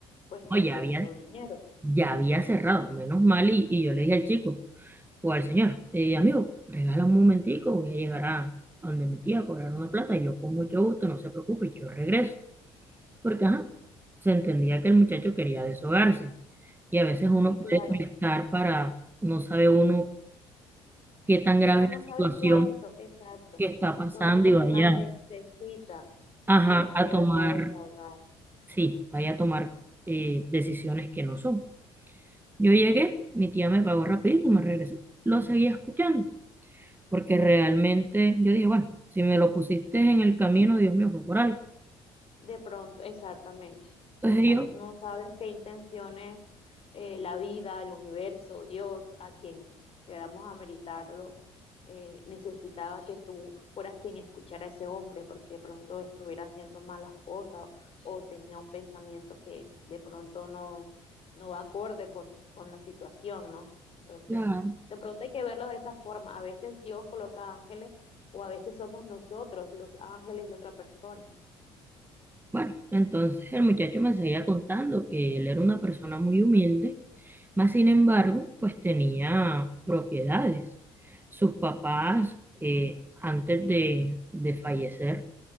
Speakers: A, on the left; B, on the right.
A: pues te
B: No,
A: entregue
B: ya había,
A: tu dinero.
B: ya había cerrado, menos mal, y, y yo le dije al chico. O al señor, eh, amigo, regala un momentico, voy a llegar a donde mi tía a cobrar una plata, y yo con mucho gusto, no se preocupe, yo regreso. Porque, ajá, se entendía que el muchacho quería deshogarse. Y a veces uno
A: Sí,
B: puede
A: claro.
B: prestar para, no sabe uno qué tan grave
A: Uno
B: es
A: no
B: la
A: sabe
B: situación
A: cuánto, exacto,
B: que está
A: cuánto
B: pasando
A: esa persona
B: y vaya,
A: necesita
B: ajá,
A: de, de
B: a tomar,
A: verdad desahogar.
B: sí, vaya a tomar eh, decisiones que no son. Yo llegué, mi tía me pagó rapidito, me regresé, lo seguí escuchando. porque realmente yo dije, bueno, si me lo pusiste en el camino, Dios mío, fue por algo.
A: De pronto, exactamente, total.
B: Entonces yo,
A: No sabes qué intenciones eh, la vida, el universo, Dios, a quien queramos ameritarlo, eh, necesitaba que tú fueras quien escuchara a ese hombre, porque de pronto estuviera haciendo malas cosas o, tenía un pensamiento que de pronto no, no va acorde con, con la situación, ¿no? Entonces,
B: claro,
A: de pronto hay que verlo de esa forma. A veces Dios coloca ángeles o a veces somos nosotros los ángeles de otra persona.
B: bueno, entonces el muchacho me seguía contando que él era una persona muy humilde, más sin embargo, pues tenía propiedades. Sus papás, eh, antes de, de fallecer,